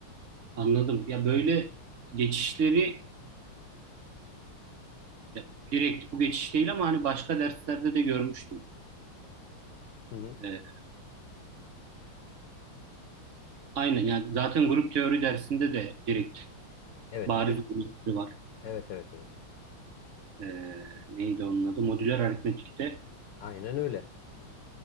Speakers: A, on the right; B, on the left.
A: Anladım. Ya böyle geçişleri ya direkt bu geçiş değil ama hani başka derslerde de görmüştüm.
B: Hı hı.
A: Ee, aynen yani zaten grup teori dersinde de direkt
B: Evet,
A: bariz
B: direkt.
A: bir geçişi var.
B: Evet, evet, evet.
A: Ee, neydi onun adı? Modüler aritmetikte
B: Aynen öyle.